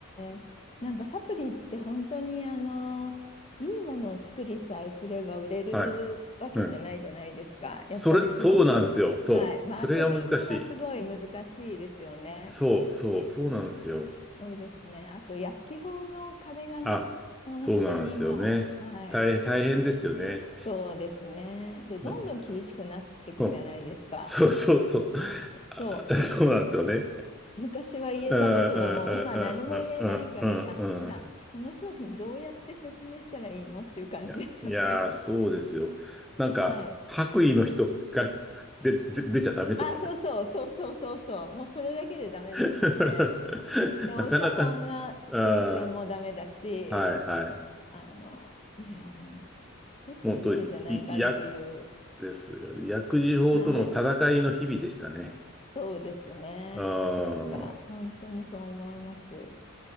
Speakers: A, on the left; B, in the centre.
A: えなんかサプリって本当にあの、いいものを作りさえすれば売れるわけじゃないじゃないですか。
B: い。はいうん。それ、
A: やっぱりすごく、
B: そうなんですよ。そう。
A: はい、マーケティングがすごい難しいですよね。
B: それが難しい。そう、そう、そうなんですよ。
A: そうですね。あと薬機法の壁がね、
B: あ、
A: 本当にもう、
B: そうなんですよね。
A: はい、
B: 大変、大変ですよね。
A: そうですね。で、どんどん厳しくなっていくじゃないですか。
B: うんうんそう、そう、そう、<laughs> ああそうなんですよね。
A: そう。昔は言えたことがもう今何も言えないからじゃあもうなこの商品どうやって説明したらいいのっていう感じですよね。
B: うん、うん、うん、うん、うん、うん。うんいや、いやー、そうですよ。なんか、
A: <laughs> はい。
B: 白衣の人が出、出出ちゃダメとかね。
A: あ、そうそうそうそうそうそう。もうそれだけでダメですもんね。
B: <laughs>
A: で、お医者さんが推薦もダメだし、
B: なかなかね。あーはい、はい。
A: あの、いや、もうちょちょっとひどいんじゃないかっていう。
B: 本当、いいや、ですよね。薬事法との戦いの日々でしたね。
A: はい。そうですね。
B: あ
A: なんか本当にそう思います。